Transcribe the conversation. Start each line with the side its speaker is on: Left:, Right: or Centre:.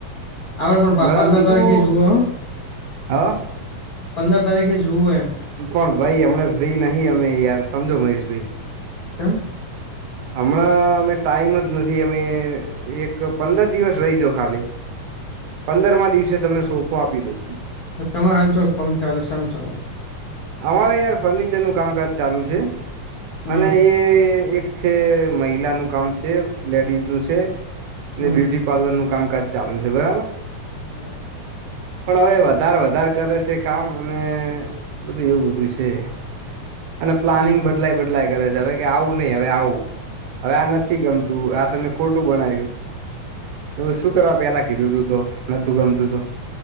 Left: આપડ પણ
Right: બરાબર
Left: પંદર
Right: બીજું
Left: તારીખે જુઓ.
Right: હા?
Left: પંદર તારીખે જુવું એમ.
Right: પણ ભાઈ અમને ફ્રી નહી અમે યાર સમજો મહેશ ભાઈ.
Left: ચ <unintelligible>
Right: હમણાં અમે ટાઈમ જ નથી અમે એક પંદર દિવસ રહીજો ખાલી. પંદરમાં દિવસે તમને સોફો આપી દો.
Left: તમારે હાલ ચો કોમ ચાલુ શમ ચાલુ.
Right: અમારે યાર ફર્નિચર નું કામકાજ ચાલુ છે.
Left: હમ
Right: અને એ એક છે મહિલાનું કામ છે લેડીઝ નું છે, અને
Left: હમ
Right: બ્યુટી પલન નું કામકાજ ચાલુ છે બરાબર.
Left: બરાબર.
Right: પણ હવે વધારે વધારે કરે છે કામ અને બધું એવું બધું છે, અને પ્લાનિંગ
Left: હમ હમ
Right: બદલાય બદલાય કરે છે હવે કે આવું નહી આવે. હવે આવું હવે, આ નથી ગમતું આ તમે ખોટું બનાય્યું. શું કરવા પેલા કીધું તું તો નતું ગમતું તો.